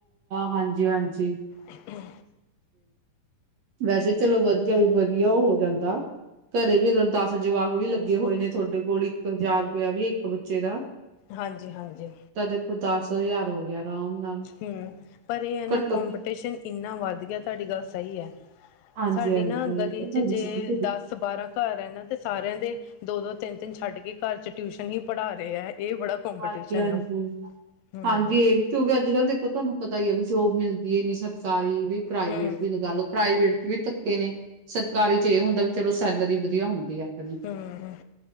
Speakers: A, on the right; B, on the left.
A: ਹਾਂਜੀ ਹਾਂਜੀ
B: ਹੂੰ
A: ਵੈਸੇ ਚਲੋ ਵਧੀਆ, ਵਧੀਆ ਉਹ ਹੋ ਜਾਂਦਾ ਘਰੇ ਵੀ ਅਗਰ ਦਸ ਜਵਾਕ ਵੀ ਲੱਗੇ ਹੋਏ ਨੇ, ਤੁਹਾਡੇ ਕੋਲ ਇੱਕ ਹਜ਼ਾਰ ਰੁਪਇਆ ਵੀ ਇੱਕ ਬੱਚੇ ਦਾ।
B: ਹਾਂਜੀ ਹਾਂਜੀ
A: ਤਾਂ ਦੇਖੋ ਦਸ ਹਜ਼ਾਰ ਹੋ ਗਿਆ ਆਰਾਮ ਨਾਲ।
B: ਹੂੰ, ਪਰ ਇਹ ਹੈ ਨਾ
A: ਘੱਟੋ
B: ਕੋਂਪੀਟੀਸ਼ਨ ਇੰਨਾ ਵੱਧ ਗਿਆ, ਤੁਹਾਡੀ ਗੱਲ ਸਹੀ ਹੈ।
A: ਹਾਂਜੀ-ਹਾਂਜੀ।
B: ਸਾਡੀ ਨਾ ਗਲੀ ਚ ਜੇ ਦਸ ਬਾਰਾਂ। ਘਰ ਹੈ ਨਾ ਤੇ ਸਾਰਿਆਂ ਦੇ, ਦੋ- ਦੋ ਤਿੰਨ- ਤਿੰਨ ਛੱਡ ਕੇ ਘਰ ਚ ਟਿਊਸ਼ਨ ਹੀ ਪੜ੍ਹਾ ਰਹੇ ਹੈ। ਇਹ ਬੜਾ ਕਪੀਟੀਸ਼ਨ
A: ਹਾਂਜੀ, ਹਾਂਜੀ,
B: ਆ ਹੂੰ
A: ਹਾਂਜੀ ਇਹ ਵੀ। ਕਿਉਂਕਿ ਅੱਜ ਕੱਲ ਦੇਖੋ ਤੁਹਾਨੂੰ ਪਤਾ ਹੀ ਹੈ, ਵੀ ਜੋਬ ਮਿਲਦੀ ਹੈ ਨੀ, ਸਰਕਾਰੀ ਵੀ ਪ੍ਰਾਈਵੇਟ
B: ਹੂੰ
A: ਦੀ ਗੱਲ। ਪ੍ਰਾਈਵੇਟ ਚ ਵੀ ਧੱਕੇ ਨੇ, ਸਰਕਾਰੀ ਚ ਇਹ ਹੁੰਦਾ ਵੀ ਚਲੋ ਸੈਲਰੀ ਵਧੀਆ ਹੁੰਦੀ ਆ ਆਪਣੀ।
B: ਹੂੰ